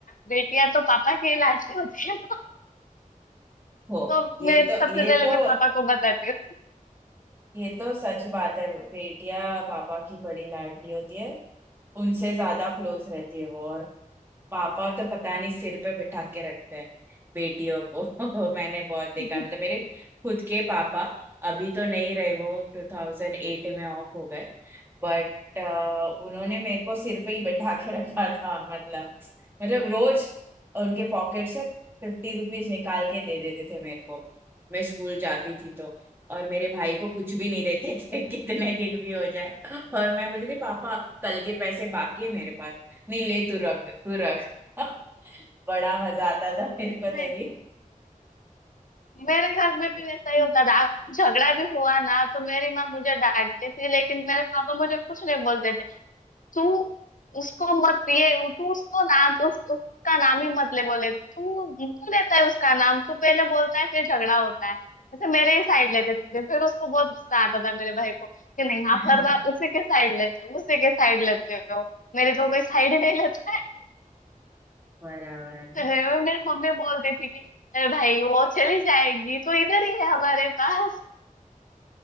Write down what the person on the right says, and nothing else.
हो
ये
तो ये
तो
ये तो सच बात है बेटियां पापा की बड़ी लाडली होती है उनसे ज्यादा क्लोज रहती है वो और पापा तो पता नहीं सिर पे बिठा के रखते हैं बेटियों को <laughs> मैंने बहुत देखा
मतलब मेरे खुद के पापा अभी तो नहीं रहे वो 2008 में ऑफ हो गए बट उन्होंने मेरे को सिर पे ही बैठा के रखा था मतलब मतलब रोज उनके पॉकेट से फिफ्टी रुपीज निकाल के दे देते थे मेरे को मैं स्कूल जाती थी तो और मेरे भाई को कुछ भी नहीं देते थे <laughs> कितने दिन भी हो जाए और मैं बोलती थी पापा आप कल के पैसे बाकी है मेरे पास नहीं ले तू रख तू रख <laughs> बड़ा मजा आता था मेरे को
तभी
<laughs>
हाँ
बराबर